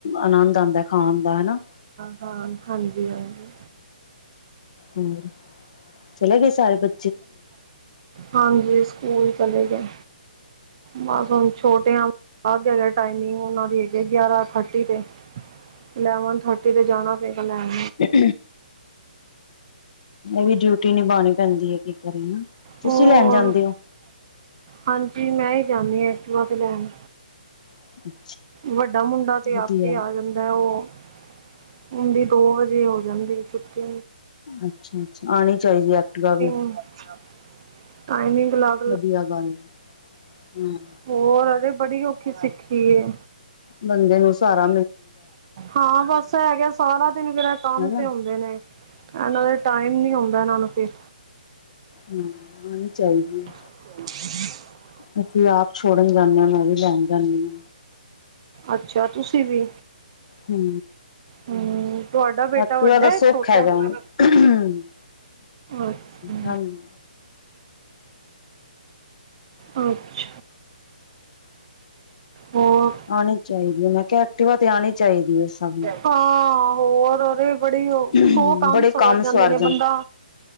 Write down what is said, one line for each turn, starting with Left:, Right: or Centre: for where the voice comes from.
Left: ਆਨੰਦ ਆਂਦਾ ਖਾਣ ਦਾ ਹੈਨਾ
Right: ਹਾਂ, ਹਾਂਜੀ-ਹਾਂਜੀ।
Left: ਹੋਰ, ਚਲੇ ਗਏ ਸਾਰੇ ਬੱ
Right: ਹਾਂਜੀ, ਸਕੂਲ ਚਲੇ ਗਏ। ਬਸ ਹੁਪ ਛੋਟੇਆ ਆ ਗਿਆ ਦਾ ਟਾਈਮਿੰਗ ਉਹਨਾਂ ਦੀ ਐਗੀ ਗਿਆਰਾਂ ਥਰਟੀ ਤੇ ਇਲੈਵਨਥ ਥਰਟੀ ਤੇ ਜਾਣਾ ਪਏਗਾ ਲੈਣ।
Left: ਐ ਵੀ ਡਯੁ ਟੀ ਨਿਭਾਨ ਪੈਂਦੀ ਐ, ਕੀ ਕਰੀ ਨਾ, ਤੁਸੀਂ
Right: ਹੋਰ
Left: ਲੈਣ ਜਾਂਦੇ ਓ?
Right: ਹਾਂਜੀ, ਮੈਂ ਈ ਜਾਂਦੀ ਆ ਐਕਟਿਵਾ ਤੇ ਲੈਣ
Left: <inaudible>
Right: ਵੱਡਾ ਮੁੰਡਾ ਤੇ
Left: ਵਧੀਆ
Right: ਆਪ ਈ ਆ ਜਾਂਦਾ ਐ ਉਹ ਓੱਂਦੀ, ਦੋ ਵਜੇ ਹੋ ਜਾਂਦੀ ਏ ਛੁੱਟੀ।
Left: ਅੱਛਾ-ਅੱਛਾ, ਆਣੀ ਚਾਈਦੀ ਐ ਐਕਟੀਵਾ ਵੀ
Right: ਅੱਛਾ। ਟਾਈਮਿੰਗ ਲਾ
Left: ਵਦੀਆ ਗੱਲ ਏ, ਹੂੰ।
Right: ਹੋਰ, ਅਰੇ ਬੜੀ ਔਖੀ ਸਿੱਖੀ ਏ।
Left: ਬੰਦੇ ਨੂੰ ਸਾਰਾ
Right: ਹਾਂ, ਬਸ ਐ ਹੈਗਾ ਸਾਰਾ ਦਿਨ ਫੇਰ ਐ ਕੰਮ
Left: ਹਨਾ
Right: ਤੇ ਹੁੰਦੇ ਨੇ ਇਨਾਂ ਦੇ ਟਾਈਮ ਨੀ ਹੁੰਦਾ ਇਨਾਂ ਨੂੰ ਫਿਰ
Left: ਹੂੰ, ਆਣੀ ਚਾਈਦੀ ਏ।
Right: <inaudible>
Left: ਅਸੀ ਆਪ ਛੋੜਨ ਜਾਨੇ ਆ, ਮੈਂ ਵੀ ਲੈਣ ਜਾਨੀ ਆ।
Right: ਅੱਛਾ ਤੁਸੀਂ ਵੀ
Left: ਹੂੰ,
Right: ਹੂੰ ਤੁਹਾਡਾ ਬੇਟਾ
Left: ਐਕਟਿਵਾ
Right: ਵੱਡਾ
Left: ਦਾ
Right: ਐ
Left: ਸੁੱਖ
Right: ਛੋਟਾ
Left: ਹੈਗਾ।
Right: ਐ?
Left: ਹੂੰ,
Right: ਅੱਛਾ
Left: ਹਾਂਜੀ।
Right: ਅੱਛਾ। ਹੋਰ
Left: ਆਣੀ ਚਾਈਦੀ ਐ, ਮੈਂ ਕਿਆ ਐਕਟਿਵਾ ਤੇ ਆਣੀ ਚਾਈਦੀ ਸਬ ਨੂੰ
Right: ਹਾਂ, ਹੋਰ ਅਰੇ ਬੜੀ ਓ,
Left: ਨੂੰ
Right: ਸੌ ਕੰਮ
Left: ਬੜੇ
Right: ਸਵਰ ਜਾਂਦੇ
Left: ਸਵਾਰ
Right: ਨੇ ਬੰਦਾ